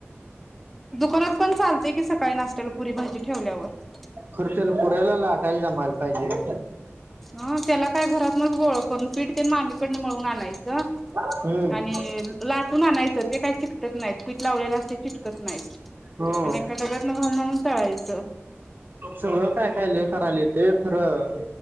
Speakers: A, in the centre; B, on the right.
A: दुकानात पण चालतय कि सकाळी नाशत्याला पुरी भाजी ठेवल्यावर
B: खरं त्याला <inaudible> जमायला पाहिजे
A: ह त्याला काय घरातनच गोळ पीठ तेन मामी कडन मळून आणायचं
B: हम्म
A: आणि लाटून आणायचं ते काही चिकटत नाही पीठ लावलेला असते चटकत नाहीआणि
B: हो
A: एका डब्यातन घालून आणून तळायच
B: सगळं काय काय लय करायला येत ते खरं